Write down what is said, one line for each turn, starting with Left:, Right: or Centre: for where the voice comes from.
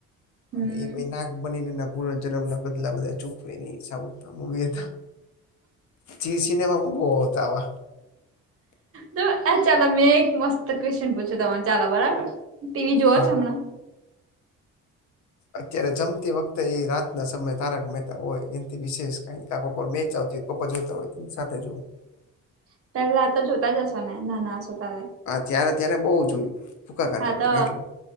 Right: હમ
Left: અને એ નાગ બનીને. પૂર્વ જન્મના બદલા બધા ચૂકવે. વી <unintelligible> હતા, જી સિનેમામાં બો આવતા.
Right: તો આ ચાલો, મેં એક મસ્ત ક્વેશ્ચન પૂછુ તમને. ચાલો, બરાબર? ટીવી જોવા
Left: હા
Right: છો હમણાં?
Left: અત્યારે જમતી વખતે, એ રાત્રે ના સમય તારક મહેતા હોય. એથી વિશેષ કઈ કાકો મેચ આવતી? પપ્પા જોતા હોય, એની સાથે જોવું.
Right: <unintelligible> પેલા તો જોતા જ હશો ને, નાના હશો ત્યારે?
Left: ત્યારે ત્યારે બઉ જોયું. ભૂકા કાઢીને
Right: હા, તો
Left: કેટલું